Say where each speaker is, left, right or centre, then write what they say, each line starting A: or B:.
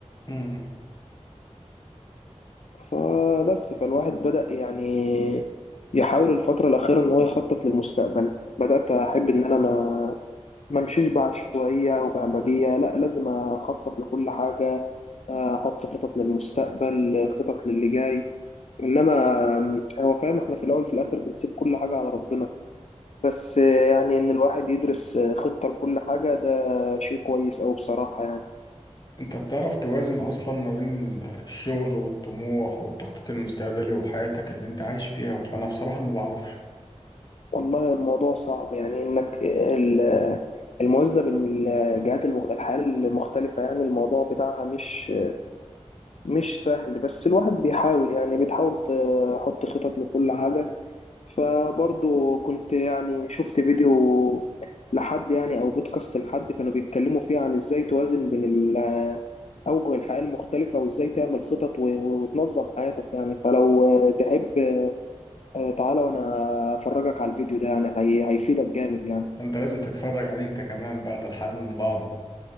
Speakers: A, on the left; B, on the left.
A: مم.
B: فبس فالواحد بدأ يعني يحاول الفترة الأخيرة إن هو يخطط للمستقبل بدأت أحب إن أنا ما ما امشيش بعشوائية أو بهمجية لا لازم أخطط لكل حاجة أحط خطط للمستقبل خطط للي جاي إنما هو فاهم إحنا في الأول وفي الآخر بنسيب كل حاجة على ربنا بس يعني إن الواحد يدرس خطة لكل حاجة ده شيء كويس أوي بصراحة يعني
A: انت بتعرف توازن اصلا ما بين الشغل والطموح والتخطيط المستقبلي وحياتك اللي انت عايش فيها ولا انا بصراحة ما بعرفش
B: والله الموضوع صعب يعني إنك ال- الموازنة بين الجهات المخ- الحياة المختلفة يعني الموضوع بتاعها مش مش سهل بس الواحد بيحاول يعني بتحاول تحط خطط لكل حاجة فبرضه كنت يعني شفت فيديو لحد يعني أو بودكاست لحد كانوا بيتكلموا فيه عن إزاي توازن بين ال- أوجه الحياة المختلفة وإزاي تعمل خطط و- و- وتنظم حياتك يعني فلو آه، تحب آه، تعالى وأنا أفرجك على الفيديو ده يعني هي- هيفيدك جامد يعني
A: انت لازم تتفرج عليه انت كمان بعد الحل من بعضه